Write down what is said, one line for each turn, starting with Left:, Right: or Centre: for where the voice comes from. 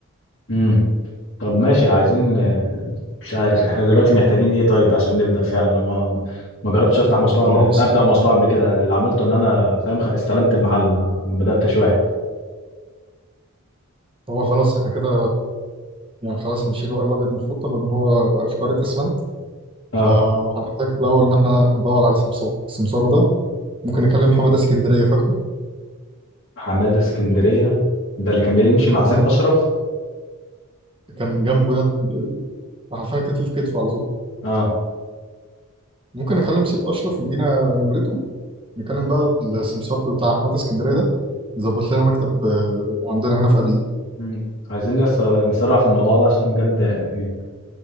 Left: برضه طب ماشي عايزين آه، مش عارف احنا دلوقتي محتاجين ايه طيب عشان نبدأ فعلا انا ما ما جربتش افتح مشروع
Right: هو
Left: ده
Right: بس
Left: ابدأ مشروع قبل كده انا اللي عملته ان انا فاهم خ- استلمت المحل ما, ما بدأتش واحد
Right: هو خلاص احنا كده يعني خلاص هنشيل ورق الابيض من الخطه بما ان هو بقى في قاره اسمنت
Left: اه
Right: ه- هنحتاج الاول ان احنا ندور على سمسار السمسار ده ممكن نكلم حماده اسكندريه فاكره
Left: حمادة اسكندرية ده اللي كان بيمشي مع سيف
Right: اه
Left: اشرف
Right: كان جنبه يد حرفيا كتف في كتفه على طول
Left: اه
Right: ممكن اكلم سيف اشرف يدينا نمرته نتكلم بقى السمسار بتاع احمد اسكندريه ده ظبط لنا مكتب آه، عندنا هنا في اليوم
Left: مم. عايزين نس- نسرع في الموضوع ده عشان بجد يعني